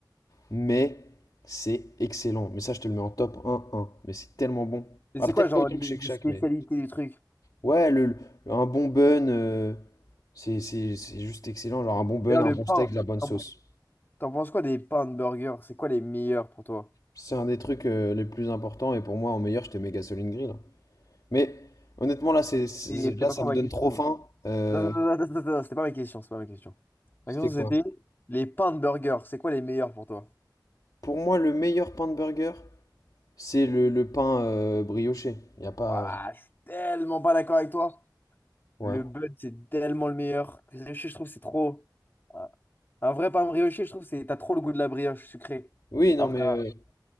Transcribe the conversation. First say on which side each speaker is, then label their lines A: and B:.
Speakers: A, on the left (about 55°); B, on the left (about 25°).
A: Mais c'est excellent. Mais ça, je te le mets en top un un Mais c'est tellement bon.
B: Mais
A: Ah,
B: c'est
A: peut-être
B: quoi, genre,
A: pas autant
B: les,
A: que Shake
B: les
A: Shack,
B: spécialités
A: mais.
B: du truc?
A: Ouais, le, le- un bon bun, euh, c'est c'est- c'est juste excellent. Genre un bon bun,
B: D'ailleurs,
A: un
B: le
A: bon
B: pain,
A: steak, de la bonne sauce.
B: t'en t'en penses quoi des pains de burger? C'est quoi les meilleurs pour toi?
A: C'est un des trucs euh, les plus importants. Et pour moi, en meilleur, je te mets Gasoline Grill. Mais honnêtement, là, c'est, c'est-
B: C'est
A: là
B: c'est pas
A: ça
B: trop
A: me
B: ma
A: donne
B: question.
A: trop faim. Euh,
B: Non, non, non, non, non, non, non, c'était pas ma question, c'est pas ma question.
A: c'était
B: Ma question,
A: quoi?
B: c'était les pains de burger, c'est quoi les meilleurs pour toi?
A: Pour moi, le meilleur pain de burger, c'est le, le pain euh, brioché. Il a pas.
B: Ouah, je suis tellement pas d'accord avec toi.
A: Ouais.
B: Le bud, c'est tellement le meilleur. Brioché, je trouve, c'est trop. Un un vrai pain brioché, je trouve, c'est t'as trop le goût de la brioche sucrée.
A: Oui, non,
B: Alors
A: mais.
B: qu'un
A: euh,